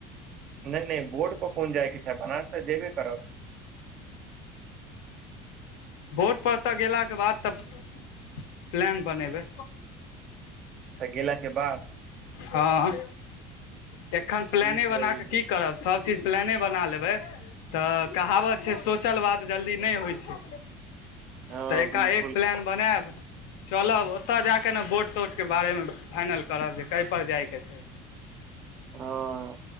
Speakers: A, on the right; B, on the left.
A: नहि नहि बोर्ट पर कोन जाइ के छै बनारस तऽ जेबे करब
B: बोटपर त गेलाके बाद तऽ प्लान बनेबै
A: अच्छा गेला के बाद
B: हँ एखन प्लान
A: ठीक
B: बना
A: य
B: क की करब सभ चीज प्लान बना लेब तऽ कहावत छै सोचल बात जल्दी नहि होइ छै
A: हँ
B: तऽ
A: बिलकुल
B: एका एक प्लान बनायब चलब ओतय जा कऽ ने वोट तोट के बारे में फाइनल करब जे कयपर जाइके छै
A: हँ